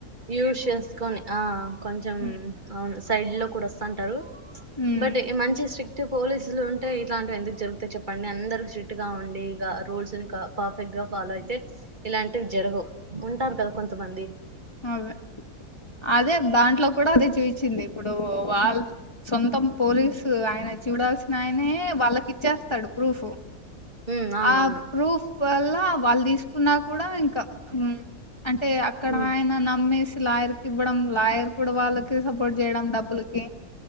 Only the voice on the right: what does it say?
యూశ్ శేశ్ కొని ఆ కొంచమ్
ఔను సైడ్ లో కూడా వస్తాంటరు చ్
బడ్ డే మంచ్ శ్రీస్ట్ ట్ పోలీసులు ఉంటే ఇట్లాంట్ వి ఎందుక్ జర్ గుతయి చెప్పండి అందర్ శ్రీస్ట్ గా ఉండి ఇగ రూల్స్ నీ క పఫెక్ట్ ఇగ ఫాలో అయితే ఇలాంటివి జరుగావ్ ఉంటారు కదా కొంతమంది
ఉమ్ అవునవును
ఉమ్